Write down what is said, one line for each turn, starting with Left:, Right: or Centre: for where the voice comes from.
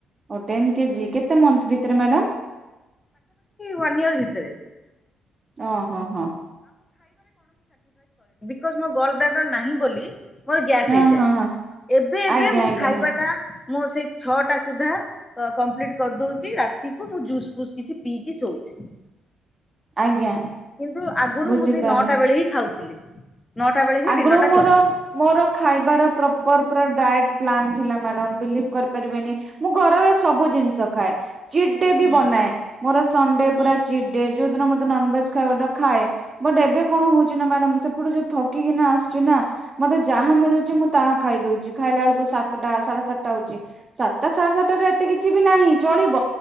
Right: ଓ ଟେନ୍ କେଜି କେତେ ତେ ମନ୍ତ ଭିତରେ ମ୍ୟାଡ଼ାମ?
Left: ୱାନ ଏଆର ଭିତରେ।
Right: ଓ ହୋ ହଁ।
Left: କଜ୍ ମୋ ଗ୍ଲୋଡବ୍ଲାଡର ନାହି ବୋଲି ମୋର ଗ୍ୟାସ୍
Right: ହଁ
Left: ହେଇଯାଏ
Right: ହଁ ହଁ
Left: ।ଏବେ ଏବେ
Right: ଆଜ୍ଞା
Left: ମୁଁ
Right: ଆଜ୍ଞା
Left: ଖାଇବାଟା
Right: ହଁ
Left: ମୁଁ ସେଇ ଛଅଟା ସୁଦ୍ଧା କମ୍ପ୍ଲିଟ କରିଦଉଛି ରାତିକୁ ମୁଁ ଜୁସ୍ ଫୁସ୍ କିଛି ପିଇକି ଶୋଉଛି।
Right: ଆଜ୍ଞା।
Left: କିନ୍ତୁ ଆଗରୁ
Right: ବୁଝିପାରିଲି।
Left: ମୁଁ ସେଇ ନଅଟା ବେଳେ ହିଁ ଖାଉଥିଲି। ନଅଟା ବେଳେ ହିଁ
Right: ଆଗରୁ
Left: ଡିନର ଟା
Right: ମୋର
Left: କରୁଥିଲି।
Right: ମୋର ଖାଇବାର ପ୍ର ପ୍ର ପ୍ ର ଡାଏଟ ପ୍ଲାନ୍ ଥିଲା ମ୍ୟାଡ଼ାମ ବିଲିଭ କରିପାରିବେନି ।ମୁଁ ଘରର ସବୁ ଜିନିଷ ଖାଏ।। ଚିଟ୍ ଡେ ବି
Left: ହୁଁ
Right: ବନାଏ ମୋର ସଣ୍ଡେ
Left: ହୁଁ
Right: ପୁରା ଚି୍ ଡେ। ଯୋଉ ଦିନ ମତେ ନନଭେଜ ଖାଏ। ବଟ ଏବେ କଣ ହଉଛି ନା ମ୍ୟାଡ଼ାମ ସେପଟୁ ଯୋଉ ଥ । ଠିକ ରେ ନ ଆସୁ ନା ମତେ ଯାହା ମିଳୁଛି ମୁଁ ତାହା ଖାଇଦଉଛି ଖାଇଲା ବେଳକୁ ସାତଟା ସାଢେ ସାତଟା ହଉଛି ସାତଟା ସାଢେ ସାତଟାରେ ଏତେ କିଛି ବି ନାହିଁ। ଚଳିବ।